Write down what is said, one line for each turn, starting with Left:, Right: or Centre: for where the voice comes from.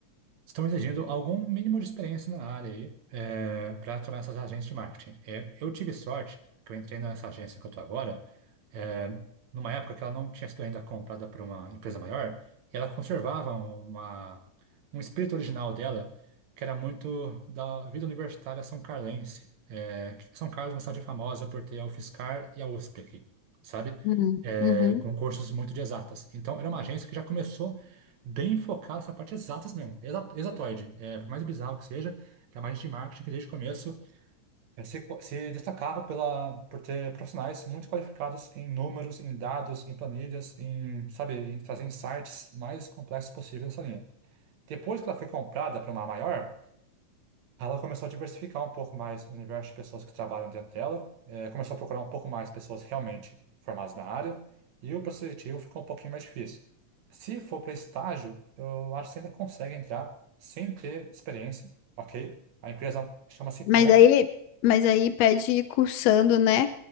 Right: estão exigindo algum mínimo de experiência na área aí, para trabalhar nessas agências de marketing. É, eu tive sorte que eu entrei nessa agência que eu estou agora, é, numa época que ela não tinha sido ainda comprada por uma empresa maior, e ela conservava uma, um espírito original dela, que era muito da vida universitária são carlense. É, que São Carlos é uma cidade famosa por ter a UFSCar e a USP aqui, sabe?
Left: Uhum,
Right: É,
Left: uhum.
Right: e com cursos muito de exatas. Então, era uma agência que já começou bem focado essa parte exatas mesmo, exa- exatoide. É, por mais bizarro que seja, tem uma gente de marketing que desde o começo é, se, co- se destacava pela, por ter profissionais muito qualificados em números, em dados, em planilhas, em, sabe, em trazer insights mais complexos possíveis nessa linha. Depois que ela foi comprada para uma maior, ela começou a diversificar um pouco mais o universo de pessoas que trabalham dentro dela, eh, começou a procurar um pouco mais pessoas realmente formadas na área, e o processo seletivo ficou um pouquinho mais difícil. Se for para estágio, eu acho que você ainda consegue entrar sem ter experiência, ok? A empresa chama-se
Left: Mas
Right: Mon.
Left: daí, mas aí pede cursando, né,